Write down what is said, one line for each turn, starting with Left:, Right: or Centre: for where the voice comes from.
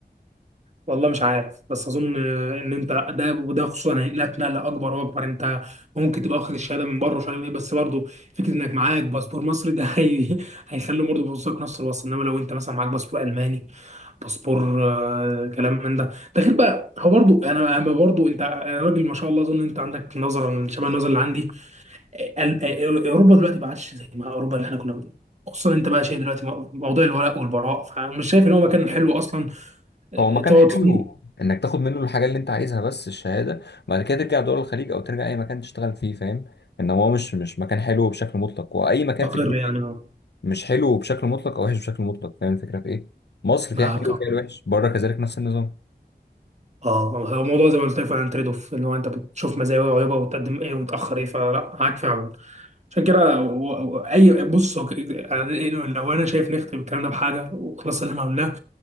Right: والله مش عارف بس اظن ان انت ده وده خصوصا هينقلك نقله اكبر واكبر انت ممكن تبقى واخد الشهاده من بره مش عارف ايه بس برضه فكره انك معاك باسبور مصري ده <laughs> هي هيخلي برضه بصك نفس الوصف انما لو انت مثلا معاك باسبور الماني باسبور آه، كلام من ده ده غير بقى هو برضو انا انا برضو انت أنا راجل ما شاء الله اظن انت عندك نظره شبه النظره اللي عندي ال- ال- اوروبا دلوقتي ما عادش زي ما اوروبا اللي احنا كنا بن- خصوصا انت بقى شايف دلوقتي مو- موضوع الولاء والبراء فمش شايف ان هو مكان حلو اصلا آه،
Left: هو مكان
Right: تقعد
Left: حلو
Right: فيه
Left: انك تاخد منه الحاجه اللي انت عايزها بس الشهاده بعد كده ترجع دول الخليج او ترجع اي مكان تشتغل فيه فاهم انما هو مش مش مكان حلو بشكل مطلق واي مكان
Right: مستقر
Left: في الدنيا
Right: يعني اه
Left: مش حلو بشكل مطلق او وحش بشكل مطلق فاهم الفكره في ايه مصر
Right: معاك
Left: فيها حلو
Right: اه
Left: وفيها الوحش بره كذلك نفس النظام
Right: اه هو الموضوع زي ما قلت لك فعلا تريد اوف ان هو انت بتشوف مزايا وعيوبها وتقدم ايه وتاخر ايه فلا معاك فعلا عشان كده هو- هو اي بص هو ك- يعني لو انا شايف نختم الكلام ده بحاجه وخلاص اللي احنا قلناه